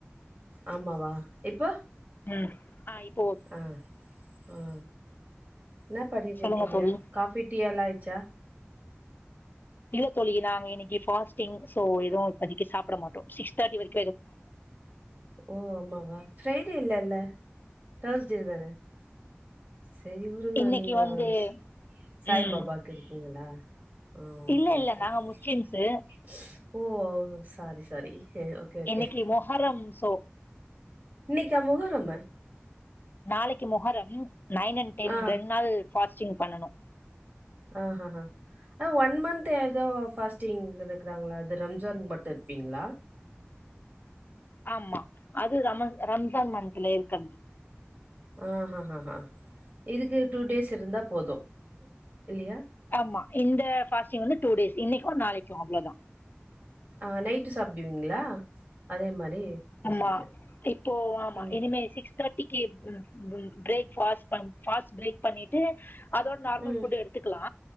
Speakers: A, on the right (about 45°); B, on the left (about 45°).
A: ஆமாவா எப்போ
B: ம் அ இப்
A: அ அ என்ன பண்ணிட்டு
B: சொல்லுங்க
A: இருக்கீங்க
B: தோழி
A: காபி டீ எல்லா ஆய்ச்சா
B: இல்ல தோழி நாங்க இன்னைக்கு பாஸ்ட்டிங் சோ ஏதுவு இப்போதைக்கு சாப்ட மாட்டோ சிக்ஸ் தே்ர்ட்டி வரைக்
A: ஓ ஆமாவா ஃபிரைடே இல்லல்ல தேர்ஸ்டே தான செரி வுருங்க
B: இன்னைக்கு
A: நீங்கோ
B: வந்து
A: ஸ் சாய்
B: ம்
A: பாபாக்கு இருக்கீங்களா அ
B: இல்ல
A: ஓகே
B: இல்ல
A: ஓகே‌
B: நாங்க
A: இல்லல்ல
B: முஸ்லிம்ஸு
A: நாங்க Muslim oh oh sorry sorry okay okay
B: இன்னைக்கு மொஹரம் சோ
A: இன்னைக்கா மொகரமு
B: நாளைக்கு Muharram nine and ten
A: ah,
B: ரெண்டு நாள் ஃபாஸ்டிங் பண்ணனு
A: ஆஹ் ஆஹ ஆ ஒன் மந்த் ஏதோ ஃபாஸ்டிங் இருக்காங்களா அது ரம்ஜான்கு மட்டு இருப்பீங்களா
B: ஆமா அது ரம ரம்ஜான் மந்த்தல இருக்கிறது
A: ஆஹஹஹா இதுக்கு டூ டேஸ் இருந்தா போது இல்லையா
B: ஆமா இந்த ஃபாஸ்டிங் வந்து டூ டேஸ் இன்னைக்கு நாளைக்கு அவ்ளோதா
A: ஆ நைட்டு சாப்பிடுவீங்களா அதே மாரி ப்ரொசீஜர்.
B: ஆமா இப்போ ஆமா
A: ம்,
B: இனிமே சிக்ஸ் தேர்டி புட்டிங்கு பிரேக் ஃபாஸ்ட் பண் ஃபர்ஸ்ட் பிரேக் பண்ணிட்டு அதோட நார்மல்
A: ம்.
B: ஃபுட் எடுத் எடுத்திகிலா